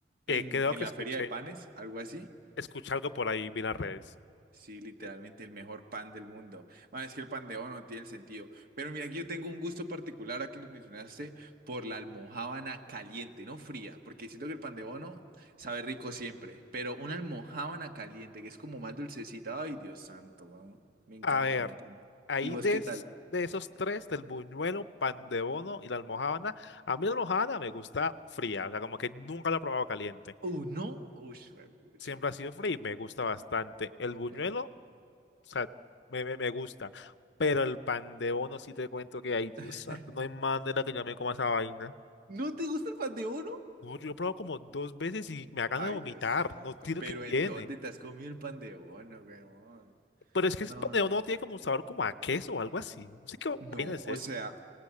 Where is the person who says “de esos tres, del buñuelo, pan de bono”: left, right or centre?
Left